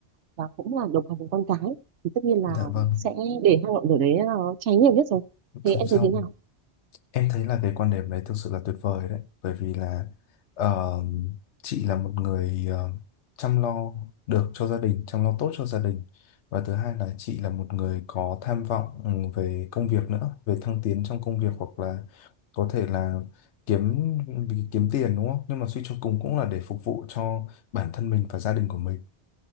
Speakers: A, on the right; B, on the left.
A: và cũng là đồng hành cùng con cái thì tất nhiên
B: dạ
A: là
B: vâng
A: sẽ để hai ngọn lửa đấy nó cháy nhiều nhất rồi thế
B: song
A: em
B: song
A: thấy thế nào
B: Em thấy là cái quan điểm đấy thực sự là tuyệt vời đấy, bởi vì là ờ, chị là một người ờ, chăm lo được cho gia đình, chăm lo tốt cho gia đình và thứ hai là chị là một người có tham vọng ừ, về công việc nữa, về thăng tiến trong công việc hoặc là có thể là kiếm vì kiếm tiền đúng không? Nhưng mà suy cho cùng cũng là để phục vụ cho bản thân mình và gia đình của mình.